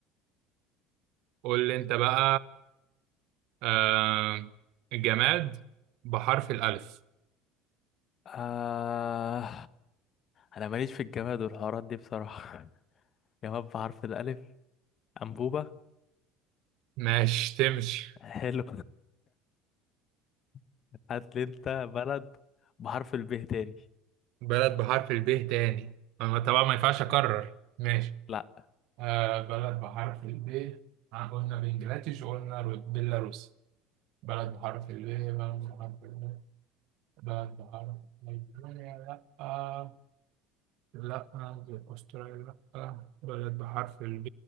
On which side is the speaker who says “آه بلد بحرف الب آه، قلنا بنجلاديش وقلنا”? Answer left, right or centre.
Right